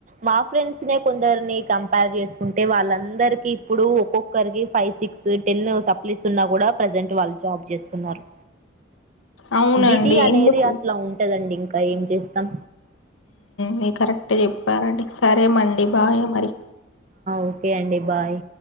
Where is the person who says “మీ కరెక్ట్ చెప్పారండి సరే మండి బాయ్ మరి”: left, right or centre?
Left